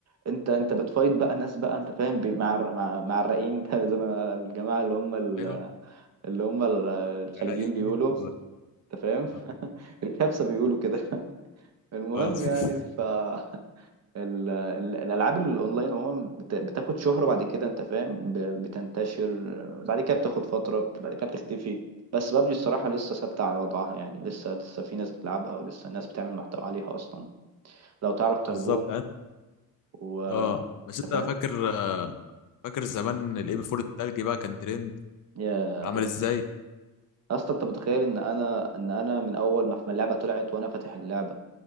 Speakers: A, on the right; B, on the left.
A: انت انت بتفايت بقى ناس بقى انت فاهم بي- مع الر- مع مع الرقين <laughs> زي ما الجماعة اللي هم ال-
B: ايوه
A: اللي هم ال- الخليجيين
B: عرقين
A: بيقولوا
B: و...
A: انت فاهم
B: اه
A: <laughs> الكبسة بيقولوا كده المهم
B: آه.
A: يعني
B: <laughs>
A: ف <laughs> ال- ال- الالعاب الاونلاين عموما بت- بتاخد شهرة بعد كده انت فاهم ب- بتنتشر بعد كده بتاخد فترة بعد كده بتختفي بس بابجي الصراحة لسه ثابتة على وضعها يعني لسه لسه في ناس بتلعبها ولسه ناس بتعمل محتوى عليها اصلا لو تعرف تربون
B: بالظبط عن-
A: و انت
B: اه بس انت
A: فاهم
B: فاكر آه، فاكر زمان الاي بي 4 التلجي بقى كان ترند
A: يا
B: كان عامل ازاي
A: اصلا انت متخيل ان انا ان انا من اول ما اللعبة طلعت وانا فاتح اللعبة